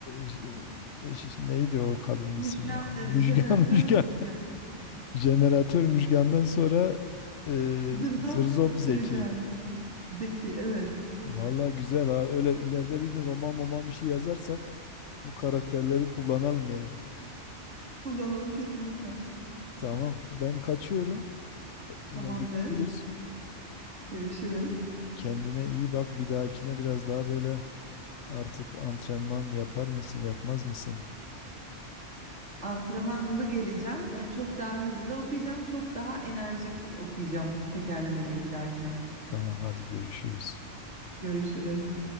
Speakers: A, on the left; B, on the right.
A: j- ş- neydi o kadının
B: Müjgan,
A: ismi ya?
B: e,
A: Müjgan
B: jeneratör
A: <laughs> Müjgan.
B: müjgan.
A: Jeneratör Müjgan'dan sonra e,
B: Zırzop
A: Zırzop Zeki.
B: Recai. Zeki evet.
A: Vallahi güzel ha. Öyle ileride bir gün roman roman bir şey yazarsak bu karakterleri kullanalım yani.
B: Kullanalım kesinlikle.
A: Tamam. Ben kaçıyorum. Yine
B: Tamamdır.
A: görüşürüz.
B: Görüşürüz.
A: Kendine iyi bak. Bir dahakine biraz daha böyle artık antrenman yapar mısın, yapmaz mısın?
B: Antrenmanlı geleceğim. Ee, çok daha hızlı okuyacağım. Çok daha enerjik okuyacağım tekerlemeleri bir dahakine.
A: Tamam, hadi görüşürüz.
B: Görüşürüz.